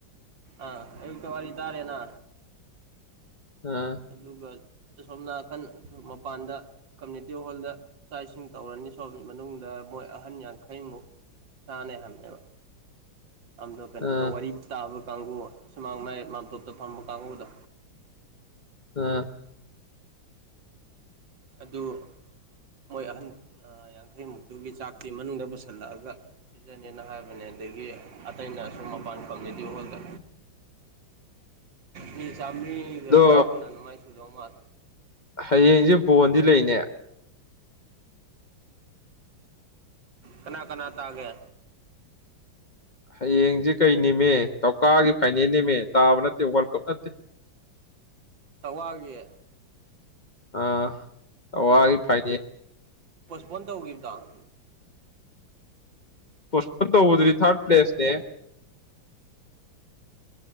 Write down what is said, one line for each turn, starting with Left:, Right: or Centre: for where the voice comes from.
Right: ꯑ ꯑꯛꯇ ꯋꯥꯔꯤ ꯇꯥꯔꯦꯅ
Left: ꯑꯥ
Right: ꯑꯗꯨꯒ ꯑꯁꯣꯝ ꯅꯥꯀꯟ ꯃꯄꯥꯟꯗ ꯀꯝꯃꯨꯅꯤꯇꯤ ꯍꯣꯜꯗ ꯆꯥꯛ ꯏꯁꯤꯡ ꯇꯧꯔꯅꯤ ꯁꯣꯝ ꯃꯅꯨꯡꯗ ꯃꯣꯏ ꯑꯍꯅ ꯈꯩꯃꯨ ꯁꯅꯦꯦꯍꯃꯕ ꯑꯗ ꯀꯩꯅꯣꯗ
Left: ꯑꯥ
Right: ꯋꯥꯔꯤ ꯇꯥꯕ ꯀꯥꯡꯕꯨ ꯁꯨꯃꯥꯡ ꯃꯌꯥꯏ ꯃꯥꯥꯟꯇꯣꯞꯇ ꯐꯝꯕ ꯀꯥꯡꯕꯨꯗꯣ
Left: ꯑ
Right: ꯑꯗꯨ ꯃꯣꯏ ꯑꯍꯟ ꯌꯥꯡꯈꯩꯃꯨꯛꯇꯨꯒꯤ ꯆꯥꯛꯇꯤ ꯃꯅꯨꯡꯗ ꯄꯨꯁꯜꯂꯛꯑꯒ ꯄꯤꯖꯅꯤꯅ ꯍꯥꯏꯕꯅꯦꯅ ꯑꯗꯒꯤ ꯑꯇꯩꯅ ꯁꯨꯝ ꯃꯄꯥꯟ ꯀꯝꯃꯤꯗꯤ ꯍꯣꯜꯗ
Left: <unintelligible>
Right: ꯃꯤ ꯆꯝꯅꯤ
Left: ꯑꯗꯣ
Right: ꯇ꯭ꯔꯥꯄꯣꯏꯅꯦꯅꯃꯥꯏꯁꯨꯨꯗꯣ ꯃꯥꯜ
Left: ꯍꯌꯦꯡꯁꯦ ꯕꯣꯟꯗꯤ ꯂꯩꯅꯦ
Right: ꯀꯅꯥ ꯀꯅꯥ ꯇꯥꯒꯦ
Left: ꯍꯌꯦꯡꯁꯦ ꯀꯩ ꯝꯃꯦ ꯇꯧꯀꯥꯒꯤ ꯐꯥꯏꯅꯦꯜ ꯅꯤꯝꯃꯦ ꯇꯥꯕ ꯅꯠꯇꯦ ꯋꯥꯔꯜ ꯀꯞ ꯅꯠꯇꯦ
Right: ꯇꯋꯥꯒꯤꯦ
Left: ꯑꯥ ꯑꯋꯥꯒꯤ ꯐꯥꯏꯅꯦ
Right: ꯐ ꯇ ꯎꯒꯤꯈꯤꯕꯗ
Left: ꯀꯣꯁꯟ ꯇ ꯎꯗꯔꯤ ꯊꯔꯠ ꯄ꯭ꯂꯁꯦ